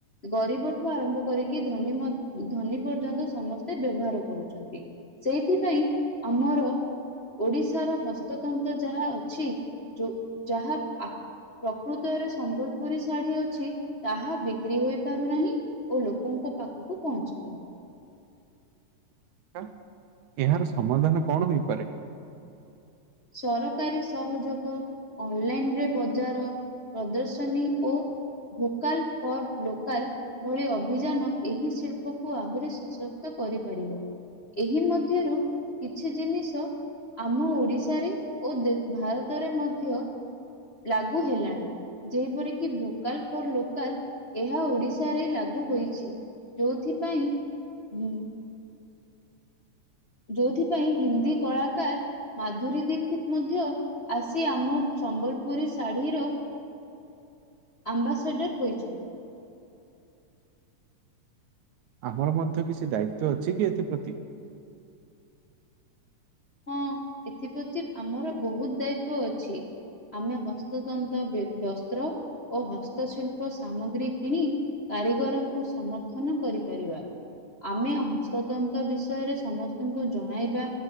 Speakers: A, on the left (about 30°); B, on the right (about 70°).
A: ଗରିବଠୁ ଆରମ୍ଭ କରିକି ଧନୀ ମ ଧନୀ ପର୍ଯ୍ୟନ୍ତ ସମସ୍ତେ ବ୍ୟବହାର କରୁଛନ୍ତି। ସେଇଥିପାଇଁ ଆମର ଓଡିଶାର ହସ୍ତତନ୍ତ୍ର ଯାହା ଅଛି ଯାହା ପ୍ରକୃତରେ ସମ୍ବଲପୁରୀ ଶାଢୀ ଅଛି ତାହା ବିକ୍ରି ହୋଇ ପାରୁନାହିଁ। ଓ ଲୋକଙ୍କ ପାଖକୁ ପହଞ୍ଚି ପାରୁନି।
B: ଆଁ! ଏହାର ସମାଧାନ କଣ ହୋଇପାରେ?
A: ସରକାରୀ ସହଯୋଗ, ଅନଲାଇନ୍ ରେ ବଜାର ପ୍ରଦର୍ଶନୀ ଓ ଭୋକାଲ୍ ଫର୍ ଲୋକାଲ୍ ଭଳି ଅଭିଯାନ, ଏହି ଶିଳ୍ପକୁ ଆହୁରି ସଶକ୍ତ କରିପାରିବ। ଏହି ମଧ୍ୟରୁ କିଛି ଜିନିଷ ଆମ ଓଡିଶ୍ ଶାରେ ଓଦେ ଭାରତରେ ମଧ୍ୟ ଲାଗୁ ହେଲାଣି। ଯେପରକିି, ଭୋକାଲ୍ ଫର୍ ଲୋକାଲ୍। ଏହା ଓଡିଶାରେ ଲାଗୁ ହୋଇଛି। ଯୋଉଥିପାଇଁ, ହୁଁ ଯୋଉଥିପାଇଁ, ହିନ୍ଦୀ କଳାକାର ମାଧୁରୀ ଦୀକ୍ଷିତ୍ ମଧ୍ୟ ଆସି ଆମ ସମ୍ବଲପୁରୀ ଶାଢୀର ଆମ୍ବାସେଡର୍ ହୋଇଛନ୍ତି।
B: ଆମର ମଧ୍ୟ କିଛି ଦାୟିତ୍ଵ ଅଛି କି ଏଥିପ୍ରତି?
A: ହଁ, ଏଥିପ୍ରତି ଆମର ବହୁତ ଦାୟିତ୍ଵ ଅଛି। ଆମେ ହସ୍ତତନ୍ତ ବେ-ବସ୍ତ୍ର ଓ ହସ୍ତଶିଳ୍ପ ସାମଗ୍ରୀ କିଣି କାରିଗରଙ୍କୁ ସମର୍ଥନ କରିପାରିବା। ଆମେ ହସ୍ତତନ୍ତ ବିଷୟରେ ସମସ୍ତଙ୍କୁ ଜଣାଇବା।